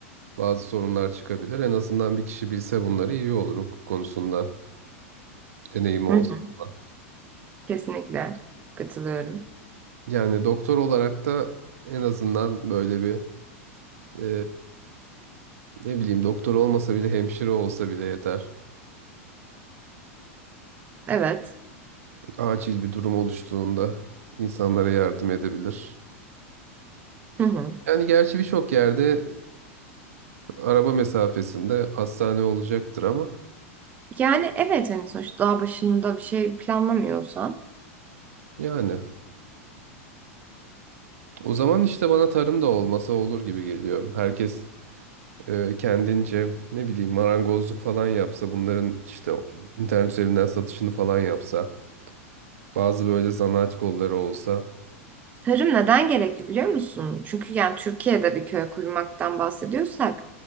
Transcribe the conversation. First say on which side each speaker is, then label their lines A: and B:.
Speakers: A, on the right; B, on the right.
A: bazı sorunlar çıkabilir. En azından bir kişi bilse bunları iyi olur hukuk konusunda deneyimi olsa
B: Hı hı.
A: falan.
B: Kesinlikle katılıyorum.
A: Yani doktor olarak da en azından böyle bir e, ne bileyim doktor olmasa bile hemşire olsa bile yeter.
B: Evet.
A: acil bir durum oluştuğunda insanlara yardım edebilir.
B: Hı hı.
A: Yani gerçi birçok yerde e, araba mesafesinde hastane olacaktır ama
B: Yani evet hani sonuçta daha başında bir şey planlamıyorsan.
A: yani o zaman işte bana tarım da olmasa olur gibi geliyor. Herkes e, kendince ne bileyim marangozluk falan yapsa bunların işte internet üzerinden satışını falan yapsa bazı böyle zanaat kolları olsa
B: Tarım neden gerekli biliyor musun? Çünkü yani Türkiye'de bir köy kurmaktan bahsediyorsak